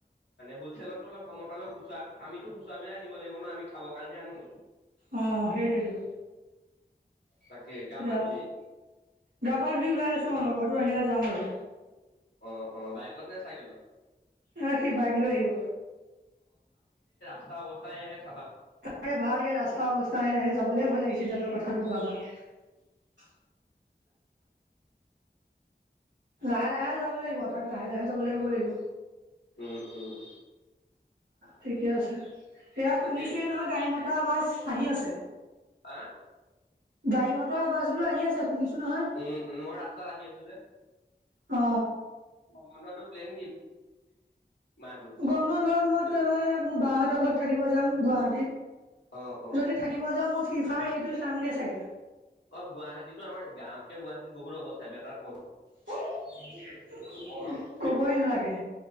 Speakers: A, on the left (about 80°); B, on the right (about 80°).
A: হ'লছেলততো অলপ কমত পালেও খুচুৰা আমিতো খুচুৰাবিলা আনিব লাগিব না আমি খাবৰ কাৰণেহে আনো।
B: অ, হেইটোৱেইটো।
A: তাকে গা
B: এতিয়া
A: পা ধূলি?
B: গা পা ধুই ওলাই আছোঁ লগৰতো আহিলে যাম আৰু।
A: অ অ বাইকত নে চাইকেলত?
B: এ সি বাইক লৈ আহিব
A: <unintelligible>
B: তাৰে ভালকে ৰাস্তা অৱস্থা সেহে যাবলৈ ভয় লাগিছে তই কথাটো কোৱাৰ পা। লাহে লাহে যাব লাগিব তাত লাহে লাহে যাবলে ক'ব লাগিব।
A: উম উম।
B: ঠিকে আছে এয়া
A: তাকে।
B: শুনিছেই নহয় গাড়ী মতৰ আৱাজ আহি আছে।
A: অ
B: গাড়ী মটৰ আবাজ বোলো আহি আছে শুনিছো নহয়
A: উম মই ৰাস্তাত আহি আছোঁ যে।
B: অ
A: মন্ধটো প্লেন মাহটোত?
B: গৰমৰ বন্ধত মইতো এবাৰ মোৰ বাহতৰ ঘৰত থাকিব যাম। উম গুৱাহাটীত
A: অ', অ',
B: যদি থাকিব যাওঁ মই ফিফা সেইটো চামগে চাগে
A: অ গুৱাহাটীত আমাৰ গাঁৱতকে গুৱাহীত বহুত অৱস্থা বেটাৰ পদ
B: সেই
A: গৰম
B: কবই
A: বেছি ন'
B: নালাগে।